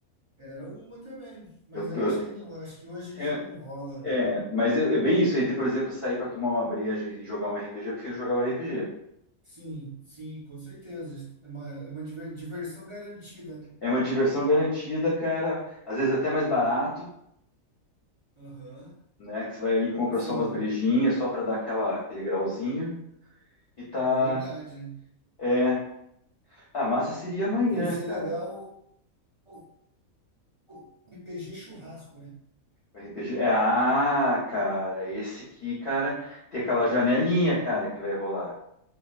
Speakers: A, on the right; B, on the left.
A: Era uma também, mas
B: Eu,
A: eu
B: eu-
A: acho que não, acho que hoje
B: é,
A: já não rola, não.
B: é, mas eu- é bem isso, entre, por exemplo, sair pra tomar uma breja e jogar um RPG, eu prefiro jogar o RPG.
A: Sim, sim, com certeza. É uma, é uma diver- diversão garantida, né?
B: É uma diversão garantida, cara. Às vezes até mais barato.
A: Aham,
B: né? Que você vai ali e compra
A: sim,
B: só umas brejinhas, só para dar aquela, aquele grauzinho. E tá.
A: verdade, né?
B: É. Ah, massa seria amanhã,
A: Vai ser
B: cara.
A: legal o o RPG churrasco, né?
B: O RPG. É, ah, cara, esse aqui, cara, tem aquela janelinha, cara, que vai rolar